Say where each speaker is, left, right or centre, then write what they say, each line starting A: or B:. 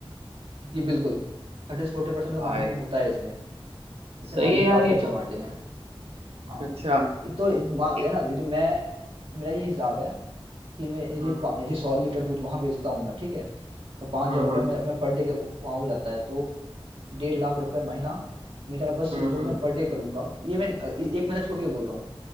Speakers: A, on the right; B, on the right.
A: जी बिल्कुल थर्टी से फोर्टी परसेंट का
B: भाई
A: मार्जिन होता है इसमें इसमें
B: सही
A: मार्जिन
B: है यार
A: काफी
B: ये
A: अच्छा
B: तो
A: मार्जिन है हाँ
B: अच्छा
A: तो इत- मान
B: ए-
A: लेना यदि मैं मेरा ये हिसाब है कि मैं यदि
B: हाँ हाँ
A: पा- यदि सौ लीटर दूध वहां बेचता हूँ मैं ठीक है तो पाँच
B: हाँ
A: हजार रुपये
B: हाँ
A: में मैं पर डे के वहां हो जाता है तो डेढ़ लाख रुपए महीना मेरा बस
B: हम्म
A: जो
B: हम्म
A: मैं पर डे करूंगा ये मैं अ, ए- एक महीना छोड़ के बोल रहा हूँ